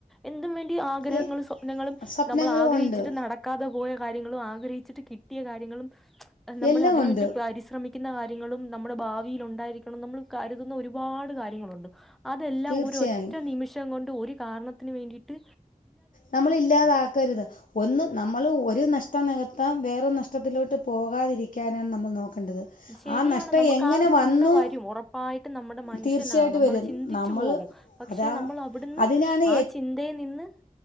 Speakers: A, in the centre; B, on the left.
A: എന്തും വേണ്ടിആഗ്രഹങ്ങളും
B: എ-
A: സ്വപ്നങ്ങളുംനമ്മൾആഗ്രഹിച്ചിട്ട്നട
B: സ്വപ്നങ്ങളും ഉണ്ട്
A: കാതെപോയകാര്യങ്ങളും ആഗ്രഹിച്ചിട്ട് കിട്ടിയകാര്യങ്ങളുംനമ്മൾഅതിന്
B: എല്ലാം ഉണ്ട്
A: വേണ്ടി പരിശ്രമി കിന്നകാര്യങ്ങളും നമ്മടെഭാവിലു ണ്ടായിരിക്കണം നമ്മൾകര്തുന്ന ഒരുപാട്കാര്യങ്ങളുണ്ട് അതെല്ലാം
B: തീർച്ചയായും
A: ഒര്ഒറ്റനിമിഷംകൊണ്ട് ഒര് കാരണത്തിന് വേണ്ടിട്ട്
B: നമ്മളില്ലാതാക്കരുത് ഒന്ന് നമ്മള് ഒര് നഷ്ടംനികത്താൻ വേറൊരുനഷ്ടത്തിലോട്ട് പോകാതിരിക്കാനാണ്നമ്മൾ നോക്കേണ്ടത്
A: ശരിയാണ്നമുക്ക്ആഒരുചിന്തവരും
B: ആ നഷ്ടം എങ്ങനെ വന്നു
A: ഉറപ്പായിട്ട് നമ്മുടെമനുഷ്യനാണ്നമ്മള്
B: തീർച്ചയായിട്ടും വരും
A: ചിന്തിച്ച്പോവും
B: നമ്മൾ
A: പക്ഷെനമ്മൾഅവിട്ന്ന്ആ
B: അതാ അതിനാണ്
A: ചിന്തയിനിന്ന്